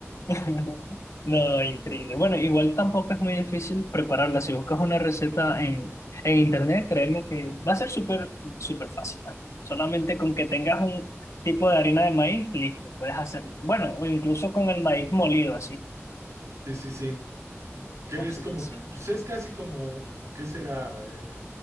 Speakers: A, on the left (about 80°); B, on the right (about 80°).
A: <laughs> No, increíble. Bueno, igual tampoco es muy difícil prepararla. Si buscas una receta en, en internet, créeme
B: Ujú.
A: que va a ser súper, súper fácil. ¿vale? Solamente con que tengas un tipo de harina de maíz, listo, puedes hacerlo. Bueno, o incluso con el maíz molido, así.
B: Sí, sí, sí. Que
A: Así
B: es como,
A: que sí.
B: pues es casi como, ¿qué será? Eh,